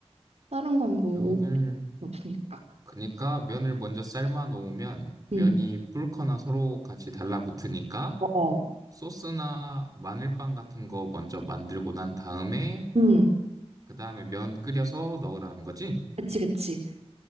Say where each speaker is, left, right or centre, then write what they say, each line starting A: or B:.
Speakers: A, on the right; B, on the right.
A: 다른 건뭐
B: 면을
A: 없으니까.
B: 그러니까 면을 먼저 삶아 놓으면 면이
A: 음.
B: 불거나 서로 같이 달라붙으니까
A: 어, 어.
B: 소스나 마늘빵 같은 거 먼저 만들고 난 다음에
A: 응,
B: 그 다음에 면 끓여서 넣으라는 거지?
A: 그치, 그치.